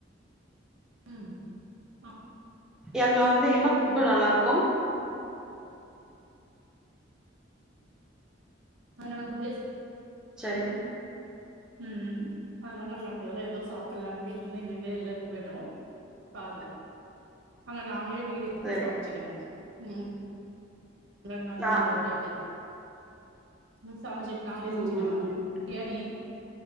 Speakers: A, on the right; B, in the centre.
A: ம் ஆ
B: எங்க வந்து என்ன ஃபுட்டு நல்லா இருக்கு
A: ஆ நாங்க <unintelligible>
B: சேரி
A: உம் அதனால நாங்க அங்க எல்ல எதுவு சாப்பிலா அங்க வீட்டுல இருந்தே இங்க இருந்தே எல்லா எடுத்துனு போயிட்டோ காருல அங்க நாங்களே வீடு எடுத்து
B: சரி
A: சமைச்சுக்கனோ உம் எவ்ளோ நாள்
B: நா
A: வீடு வடைக்கு எடுத்து ம் சமைச்ச நாங்களே
B: ம்
A: சமைச்சிக்னோ
B: ம் ம்
A: பிரியாணி